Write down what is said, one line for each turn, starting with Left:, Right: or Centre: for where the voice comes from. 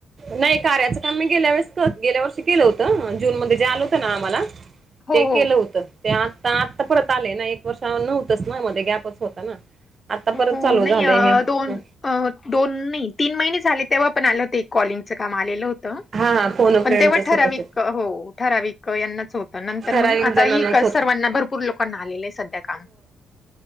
Right: नाही कार्याचं काम मी गेल्या वेळेस गेल्या वर्षी केलं होतं जून मध्ये जे आलं होतं ना आम्हाला
Left: हो
Right: ते
Left: हो
Right: केलं होतं ते आता आत्ता परत आले ना एक वर्ष नव्हतच ना मध्ये गॅपच होता ना आता परत
Left: हो
Right: चालू
Left: नाही
Right: झालंय
Left: अ दोन
Right: हे
Left: अ दोन नाही तीन महिने झाले तेव्हा पण आलं हो ते कॉलिंगच काम आलेलं होत
Right: हा हा फोन फ्रेंडचच
Left: पण तेव्हा ठराविक
Right: होत ते
Left: हो ठराविक यांनाच होत नंतर
Right: ठराविक
Left: मग आता
Right: जणांनाच
Left: एक
Right: होत
Left: सर्वांना भरपूर लोकांना आलेलं आहे सध्या काम